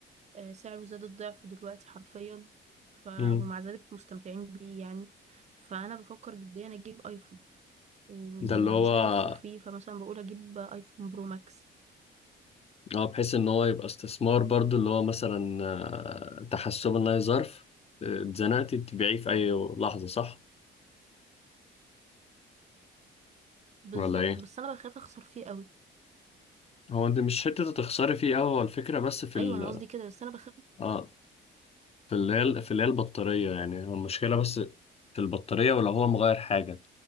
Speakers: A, on the right (about 35°); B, on the left (about 30°).
A: آه، سعره زاد الضعف دلوقتي حرفيا ف ومع
B: مم.
A: ذلك مستمتعين بيه يعني فانا بفكر جديا اجيب ايفون ومش
B: ده اللي هو
A: عايزه اخسر فيه فمثلا بقول اجيب ايفون برو ماكس
B: اه بحيث ان هو يبقى استثمار برضو اللي هو مثلا آه، تحسبا لا ظرف آه، اتزنقتي تبيعيه في اي لحظة صح؟
A: بالظبط
B: ولا ايه؟
A: بس انا بخاف اخسر فيه قوي
B: هو انت مش حتة تخسري فيه اوي هو الفكرة بس في
A: ايوه
B: ال
A: انا قصدي كده بس انا بخاف
B: اه في اللي هي في اللي هي البطارية يعني هو المشكلة بس في البطارية ولو هو مغير حاجة